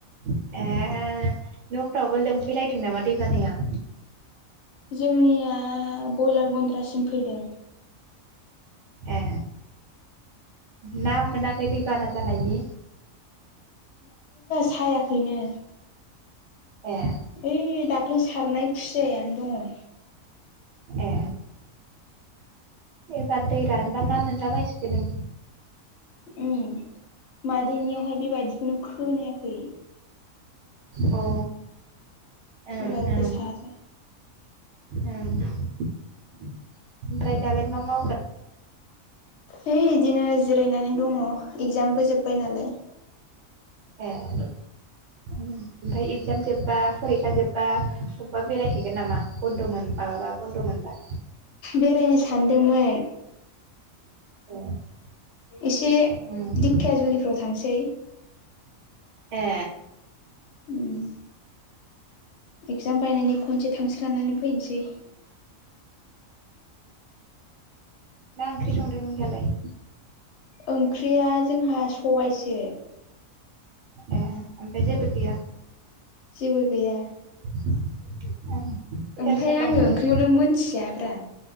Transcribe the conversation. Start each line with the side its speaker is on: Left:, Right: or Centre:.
Right: ए। ए न'फ्रावबो लोमफैलायदों नामा दैबानाया।
Left: जोंनिया बयलार गन्द्रासिम फैदों।
Right: ए। ना मोनाखै दैबाना जानायनि?
Left: खायाखैनो
Right: ए।
Left: ओइ दाख्लै सारनाय खुसियायानो दङ।
Right: ए। दा दै रानबा ना मोनला बसिगोन नो
Left: ओम मादैनियावहाय बेबायदिखौनो खोनायाखै।
Right: अ। ओं
Left: एबार
Right: ओं
Left: गोसाजों।
Right: <unintelligible> ओमफ्राय दालाय मा मावगोन
Left: ए इदिनो जो <unintelligible> दङ एगजामबो जोबबाय नालाय।
Right: ए। अ ओमफाय एक्जाम जोब्बा फरिखा जोबबा अबबा बेरायहैगोन नामा बन्द'मोन माबाबा बन्द'मोन बा।
Left: बेरायनो सानदोंमोन।
Right: ए ओं ए
Left: इसे
Right: उम उम
Left: दिकखिया जुलिफोराव थांसै।
Right: ए।
Left: उम एगजाम बायनानै खनसे थांस्रानानै फैसै।
Right: मा ओंख्रि संदों इहालाय।
Left: ओंख्रिया जोंहा सबायसो।
Right: ए ओफाय जेबोे गैया
Left: जेबो गैया
Right: ओं सोर
Left: ओमफाय
Right: सोर
Left: आङो
Right: दं दालाय
Left: ओंख्रिखौनो मोनथियाब्रा